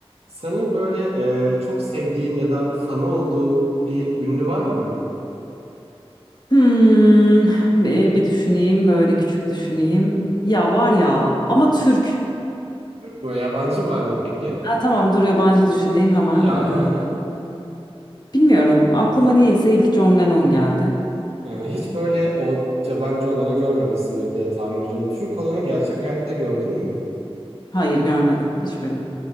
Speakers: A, on the right (about 80°); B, on the left (about 45°).
A: Senin böyle e, çok sevdiğin ya da fanı olduğun bir ünlü var mı?
B: Hmm, e, bir düşüneyim böyle küçük düşüneyim. Ya var ya ama Türk.
A: Türk mü? Yabancı var mı peki?
B: Ha, tamam dur yabancı düşüneyim hemen.
A: Ya
B: Ee,
A: hı hı.
B: bilmiyorum aklıma niyeyse ilk John Lennon geldi.
A: Ee, hiç böyle o yabancı olanı görmemişsindir diye tahmin ediyorum. Türk olanı gerçek hayatta gördün mü?
B: Hayır görmedim hiçbirini.